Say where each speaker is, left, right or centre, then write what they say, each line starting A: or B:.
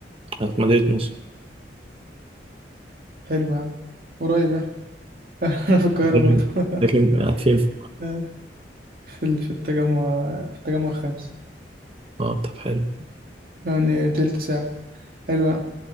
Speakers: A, on the right (about 30°); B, on the right (about 50°).
A: آه، في مدينه نصر
B: حلو يعني قريب يعني <laughs> انا في القاهره
A: لكن
B: برضه <laughs>
A: لكن آه، في الف...
B: آه، في ال... في التجمع في التجمع الخامس
A: اه طب حلو
B: يعني تلت ساعه حلو يعني